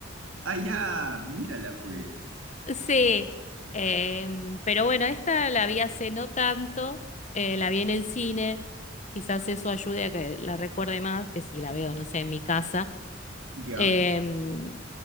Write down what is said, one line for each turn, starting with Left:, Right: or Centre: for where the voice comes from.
Right: Ah, ya, mírala pues.
Left: Sí, em, pero bueno, esta la vi hace no tanto, eh, la vi en el cine, quizás eso ayude a que la recuerde más que si la veo, no sé, en mi casa.
Right: Ya,
Left: Em,